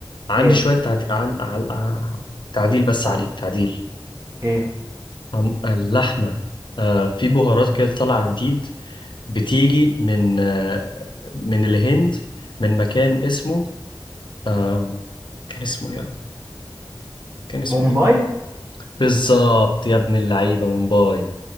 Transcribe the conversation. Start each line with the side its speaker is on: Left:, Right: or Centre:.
Left: عندي
Right: إيه
Left: شوية تعديل عن... عن... ع- تعديل بس
Right: عن-
Left: عليك تعديل
Right: إيه
Left: عم- اللحمة آه في بهارات كده طالعة جديد بتيجي من آه من الهند من مكان اسمه آه كان اسمه ايه كان اسمه
Right: مومباي
Left: ايه بالظبط يا ابن اللعيبة مومباي